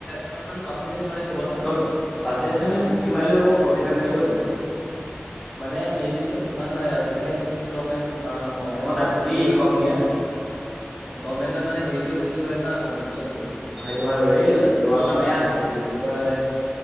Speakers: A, on the left; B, in the centre.
A: কিমান মানে পাৰ্চেন্টেজ মানে ক'বাচোন।
B: তত পাৰ্চেন্টেজ তুমি ফিফটি মাৰিলেও হ'ব, ফৰ্টি ফাইভ মাৰিলেও হৈ যাব।
A: মানে মেৰিট লিষ্টত কিমান মাৰে আৰু তেতিয়াহে এডমিচনটো ল'ব পাৰিম, কাৰণ গভৰ্ণমেণ্টত
B: অ মই তাক সুধি
A: হেৰি হয়তো।
B: কম দিয়া
A: গভৰ্ণমেণ্টত মানে হেৰিটো বেছি হয় ন' কম্পিটিশ্যনটো।
B: অ', সেইটো হয় বাৰু, এই লৰাটোৰ নাম <unintelligible> আছিলে কি বুলি কয়,